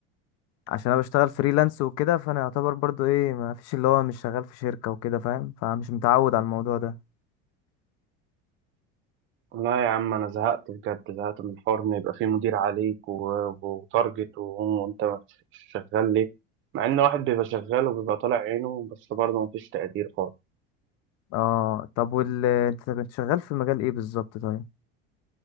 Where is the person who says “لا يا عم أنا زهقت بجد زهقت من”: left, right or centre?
Right